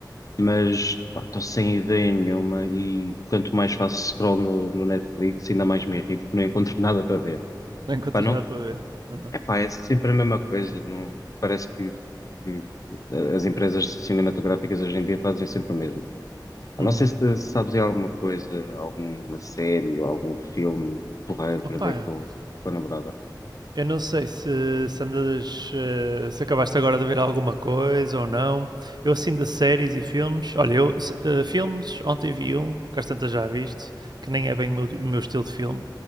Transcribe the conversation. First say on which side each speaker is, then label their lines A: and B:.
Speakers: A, on the left; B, on the right.
A: mas pá, estou sem ideia nenhuma e quanto mais faço scroll no, no Netflix, ainda mais me irrito que não encontro <laughs> nada para ver.
B: Não encontras
A: Pá, não,
B: nada para ver? Aham.
A: epá, é sempre a mesma coisa. Não, parece que, que as empresas cinematográficas hoje em dia fazem sempre o mesmo. Eu
B: Uhum.
A: Não sei se se sabes aí alguma coisa, alguma série ou algum filme porreiro para
B: Opa,
A: ver com, com a namorada.
B: eu não sei se, se andas, eh, se acabaste agora de ver alguma coisa ou não. Eu assim de séries e filmes, olha, eu se- eh, filmes, ontem vi um, que às tantas já viste, que nem é bem o meu, o meu estilo de filme,